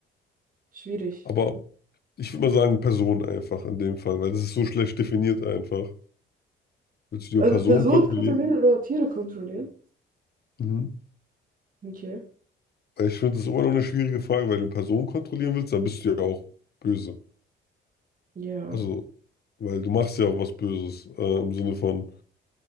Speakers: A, on the right; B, on the left.
A: schwierig.
B: aber ich würde mal sagen, Person einfach in dem Fall, weil das ist so schlecht definiert einfach. Willst du
A: Also
B: die Person
A: Person
B: kontrollieren?
A: kontrollieren oder Tiere kontrollieren?
B: Mhm.
A: Okay.
B: Weil ich finde, das ist immer noch eine schwierige Frage, weil du Personen kontrollieren willst, dann bist du ja auch böse.
A: Ja.
B: Also, weil du machst ja auch was Böses, äh, im Sinne von.